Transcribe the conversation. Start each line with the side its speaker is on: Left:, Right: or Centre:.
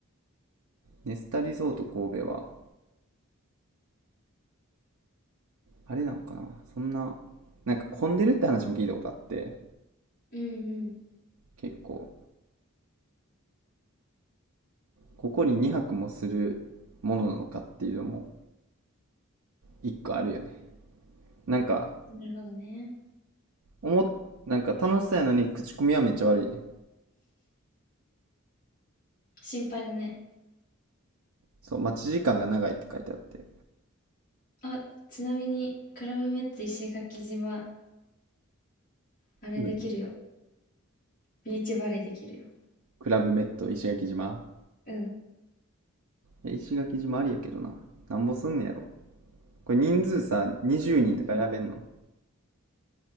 Right: ネスタリゾート神戸は、あれなんかな、そんな、なんか混んでるって話も聞いたことあって、
Left: うん、
Right: 結構、ここに2泊もするものなのかっていうのも、一個あるよね。なんか、
Left: うん。なるほどね。
Right: おもなんか楽しそうやのに口コミはめっちゃ悪いね。
Left: 心配だね。
Right: そう、待ち時間が長いって書いてあって。
Left: あ、ちなみに、クラブメッツ石垣島、あれできるよ。
Right: うん。
Left: ビーチバレーできるよ。
Right: クラブメット石垣島
Left: うん。
Right: いや石垣島ありやけどな。なんぼすんねやろ。これ人数さ、20人とか選べんの
Left: うん。